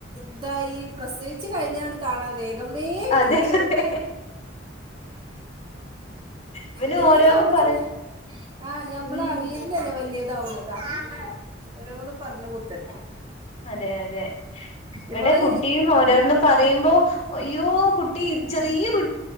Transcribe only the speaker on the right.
ഇതായി പ്രസവിച്ചു കഴിഞ്ഞാണ് കാണാറ് വേഗ വേഗം
കിട്ടും
വലിയതണ്
ആ ഞാൻ നമ്മള്
അറിയില്ലലെ വല്യ ഇതാവുന്നത് അമ്മെ <unintelligible> ഓരോന്ന് പറഞ് കുത്തറ്ക്കും
ഇവള്